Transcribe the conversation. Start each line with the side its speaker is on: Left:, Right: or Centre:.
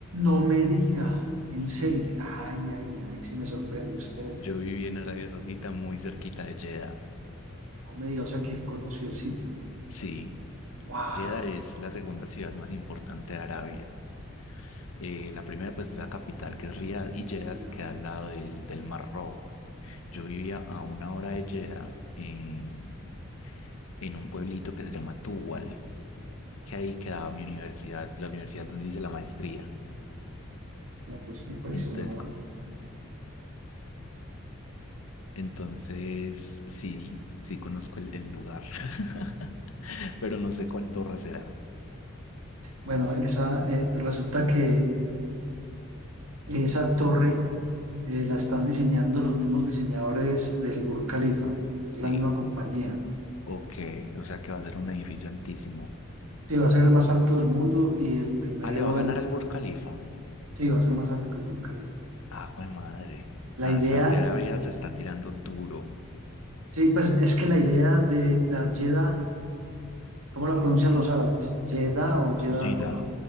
Right: no me diga, en
Left: Sí,
Right: serio, ay, ay, ay, sí me sorprende usted.
Left: yo viví en Arabia Saudita, muy cerquita de Jeddah.
Right: No me diga, o sea, que conoció el sitio.
Left: Sí,
Right: ¡Wow!
Left: Jeddah es la segunda ciudad más importante de Arabia. Eh, la primera, pues, es la capital, que es Riad, y Jeddah
Right: Ya,
Left: queda al lado del, del Mar Rojo. Yo vivía a una hora de Jeddah, en en un pueblito que se llama Tuwal. que ahí quedaba mi universidad, la universidad donde hice la maestría.
Right: Me gusta impresionado.
Left: Entonces, co- entonces sí, sí conozco el, el lugar, <laughs> pero no sé cuál torre será.
Right: Bueno, esa, eh, resulta que esa torre eh, la están diseñando los mismos diseñadores del Burj Khalifa, es la
Left: Sí,
Right: misma compañía.
Left: ok, o sea que va a ser un edificio altísimo.
Right: Sí, va a ser el más alto del mundo y el primero
Left: Ah, le va a
Right: en...
Left: ganar al Burj Khalifa.
Right: Sí, va a ser más alto que el Burj Khalifa.
Left: Ah, jue madre.
Right: La
Left: Ah,
Right: idea,
Left: Saudi Arabia se está tirando duro.
Right: sí, pues es que la idea de la Jeddah, ¿cómo la pronuncian los árabes? Jeddah o Jeddah,
Left: Jeddah,
Right: como